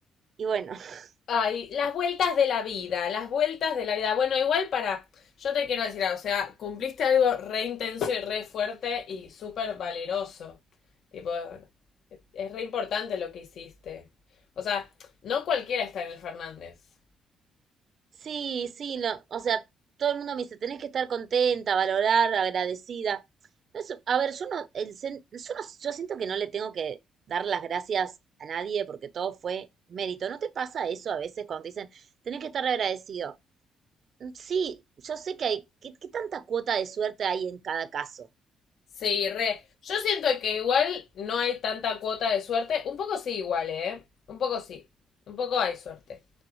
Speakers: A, on the right; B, on the left.
A: Y bueno, <laughs>
B: Ay, las vueltas de la vida, las vueltas de la vida. Bueno, igual para. Yo te quiero decir, algo, o sea, cumpliste algo re intenso y re fuerte y súper valeroso. Tipo, es re importante lo que hiciste. O sea, no cualquiera está en el Fernández.
A: sí, sí, lo, o sea, todo el mundo me dice, tenés que estar contenta, valorar, agradecida. No es- a ver, yo no, el, sen- yo no- yo siento que no le tengo que dar las gracias a nadie porque todo fue mérito. ¿No te pasa eso a veces cuando te dicen, tenés que estar agradecido? Mm, Sí, yo sé que hay, ¿qué, qué tanta cuota de suerte hay en cada caso?
B: Sí, re. Yo siento que igual no hay tanta cuota de suerte. Un poco sí, igual, ¿eh? Un poco sí. Un poco hay suerte.